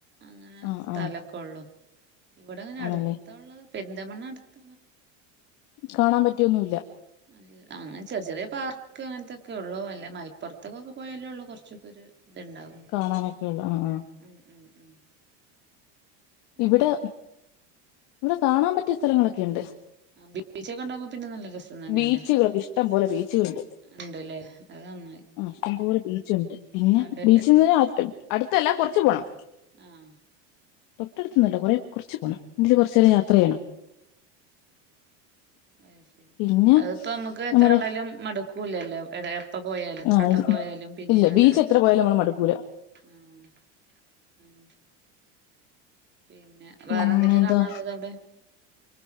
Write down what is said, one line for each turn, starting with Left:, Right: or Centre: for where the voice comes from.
Right: അങ്ങനെ
Left: ആഹ്
Right: സ്ഥലൊക്കൊള്ളു
Left: ആഹ്
Right: ഇവടങ്ങനെ
Left: ആണല്ലേ
Right: അടുത്തുള്ളത് പെരുന്തൽമണ്ണ അടുത്ത
Left: കാണാൻ പറ്റിയൊന്നുല്ല
Right: നല്ല ആഹ അങ്ങനെ ചെർ ചെറിയ പാർക്ക് അങ്ങൻത്തൊക്കെ ഒള്ളു അല്ലേ മ പൊർത്ത്ക്കൊക്കെ പോയാലേഒള്ളൂ കൊർച്ചൊക്കെ ഒര് ഇത്ണ്ടാവുന്ന
Left: കാണാനൊക്കെ ഉള്ളു ആഹ് ആഹ്
Right: ഉം ഉം ഉം
Left: ഇവിടെ
Right: അങ്ങനെ
Left: ഇവടെ കാണാൻ പറ്റിയ സ്ഥലങ്ങളൊക്കെയുണ്ട്
Right: ആ ബീച്ച് ഒക്കെ ഉണ്ടാവുമ്പ പിന്നെ നല്ല രസം തന്നെയല്ലേ
Left: ബീച്ചുകൾ ഇഷ്ടംപോലെ ബീച്ചുകളുണ്ട്
Right: ഉണ്ട്ല്ലേ അത് നന്നായി
Left: ആഹ ഇഷ്ടംപോലെ ബീച്ചുണ്ട് പിന്നെ
Right: അണ്ട്
Left: ബീച്ചിന്ന് അടുത്തല്ല കൊറച്ച് പോണം
Right: ആഹ
Left: തൊട്ടട്ത്തൊന്നല്ല കൊറേ കൊറച്ച് പോണം എങ്കില് കൊർചേരം യാത്ര ചെയ്യണം
Right: രി
Left: പിന്നെ
Right: അതിപ്പം ഞമ്മക്ക് എത്ര
Left: നമ്മുടെ
Right: കണ്ടായാലും മടുക്കു ക്കൂല്ലല്ലോ എപ്പ പോയാലും എത്രട്ടം
Left: ആ
Right: പോയാലും പിന്നിം
Left: ഇല്ല
Right: നല്ല
Left: ബീച്ച്
Right: രസ
Left: എത്ര പോയാലും നമ്മള് മടുക്കൂല
Right: ആഹ ഉം പിന്നെ
Left: പിന്നെ
Right: വേറെന്തൊക്കെയാ
Left: എന്താ
Right: കാണാള്ളത് അവുടെ